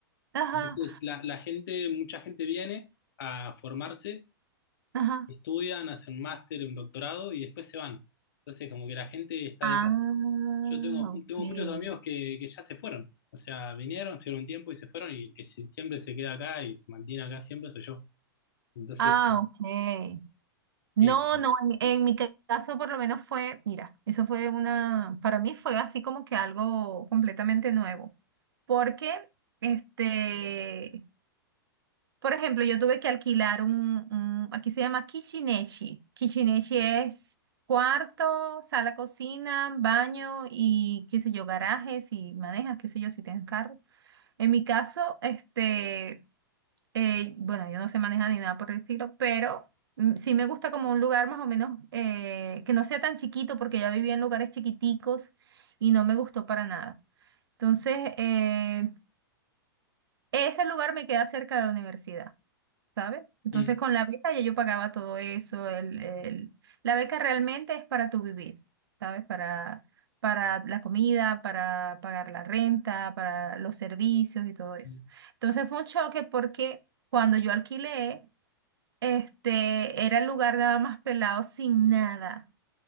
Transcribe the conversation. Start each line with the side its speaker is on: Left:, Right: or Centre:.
Right: ajá,
Left: Entonces, la, la gente, mucha gente viene a formarse,
Right: ajá.
Left: estudian, hacen un máster, un doctorado y después se van. Entonces, como que la gente está
Right: Ah,
Left: de paso. Yo tengo,
Right: ok.
Left: tengo muchos amigos que, que ya se fueron. O sea, vinieron, estuvieron un tiempo y se fueron, y el que si- siempre se queda acá y se mantiene acá siempre soy yo. Entonces,
Right: Ah, ok. No,
Left: eh,
Right: no, en, en mi ca- caso por lo menos fue, mira, eso fue una, para mí fue así como que algo completamente nuevo, porque este, Por ejemplo, yo tuve que alquilar un, un- aquí se llama Kishineshi. Kishineshi es cuarto, sala, cocina, baño y qué sé yo, garajes y manejas, qué sé yo, si tienes carro. En mi caso, este, eh, bueno, yo no sé manejar ni nada por el estilo, pero mm, sí me gusta como un lugar más o menos eh, que no sea tan chiquito, porque ya viví en lugares chiquiticos y no me gustó para nada. Entonces, eh, ese lugar me queda cerca de la universidad, ¿sabes? Entonces
Left: mm,
Right: con la beca ya yo pagaba todo eso. El, el- la beca realmente es para tu vivir, ¿sabes? Para, para la comida, para pagar la renta, para los servicios y todo eso.
Left: mm,
Right: Entonces fue un choque porque cuando yo alquilé, este, era el lugar nada más pelado sin nada,